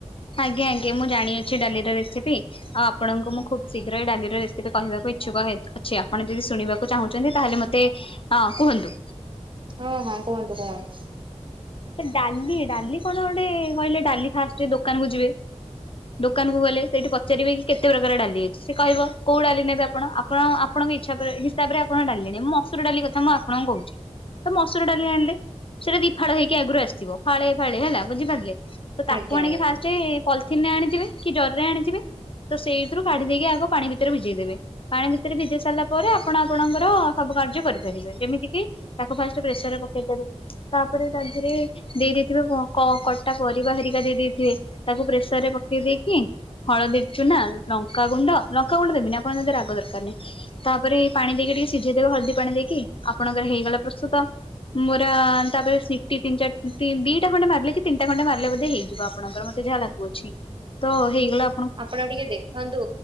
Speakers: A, on the left; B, on the right.
A: ଆଜ୍ଞା ଆଜ୍ଞା ମୁଁ ଜାଣିଅଛି ଡାଲି ର ରେସିପି। ଆପଣଙ୍କୁଁ ଖୁବ ଶୀଘ୍ର ଏ ଡାଲି ର ରେସିପି କହିବାକୁ ଇଚଛକ ଅଛି ଆପଣ ଯଦି ଶୁଣିବା ଚାହୁଛନ୍ତି ତାହେଲେ ମତେ ଅ କୁହନ୍ତୁ।
B: ହଁ ହଁ କୁହନ୍ତୁ କୁହନ୍ତୁ।
A: ଡାଲି ଡାଲି କଣ ଗୋଟେ କହିଲେ ଡାଲି ଫାଷ୍ଟ ଦୋକାନ କୁ ଯିବେ। ଦୋକାନକୁ ଗଲେ ସେଇଠି ପଚାରିବେ କି କେତେ ପ୍ରକାର ଡାଲି ଅଛି ସେ କହିବ କୋଉ ଡାଲି ନେବେ ଆପଣ ଆପଣ ଆପଙ୍କ ଇଛା ହିସାବରେ ଆଣ ଡାେଲି ମୁଁ ମସୁର ଡାଲି କଥା ମୁ ଆପଣଙ୍କୁ କହୁଛି। ତ ମସୁର ଡାଲି ଆଣିଲେ ସେଟା ଦି ଫାଳ ହେଇକି ଆଗରୁ ଆସିଥିବ ଫାଳେ ଫାଳେ ହେଲା ବୁଝିପାରିଲେ ତ ତାକୁ
B: ଆଜ୍ଞା
A: ଆଣିକି
B: ଆଜ୍ଞା।
A: ଫାଷ୍ଟ ପଲିଥିିନ ରେ ଆଣିଯିବେ କି ଜରିରେ ଆଣିଥିବେ। ତ ସେଇଥିରୁ କାଢି ଦେଇକି ଆଗ ପାଣି ଭିତରେ ଭିଜେଇଦେବେ ପାଣି ଭିତରେ ଭିଜେଇ ସାରିଲା ପରେ ଆପଣ ଆପଣଙ୍କର ସବୁ କାର୍ଯ୍ୟ କରିପାରିବେ ଯେମିତି ତାକୁ ଫାଷ୍ଟ ପ୍ରେସର ରେ ପକେଇଦେବେ ତାପରେ ରେ ଦେଇେଇଥିବେ କଟା ପରିବା ହେରିକା ଦେଇେଇଥିବେ। ତାକୁ ପ୍ରେସର ରେ ପକେଇ ଦେଇେଇକି ହଳଦୀ ଚୁନା ଲଙ୍କାଗୁଣ୍ଡ ଲଙ୍କାଗୁଣ୍ଡ ଦେବିନ ନା ଆପଣଙ୍କ ଯଦି ରାଗ ଦରକାର ନାହିଁ। ତାପରେ ପାଣି ଦେଇକି ଟିକେ ସିଝେଇଦବ ହଳଦୀ ପାଣି ଦେଇକି ଆପଣଙ୍କର ହେଇଗଲା ପ୍ରସ୍ତୁତ। ମୋର ତାପରେ ଶ ଦି ତିି ଚାର ଦିଟା ଖଣ୍ଡେ ମାରିଲେ ତିିଟା ଖଣ୍ଡେ ମିଲେ ମଧ୍ୟ ହେଇଯିବ ଆପଣଙ୍କ ମତେ ଯାହା ଲାଗୁ ଅଛି। ତ ହେଇଗଲା
B: ଆପଣ ଟିକେ ଦେଖନ୍ତୁ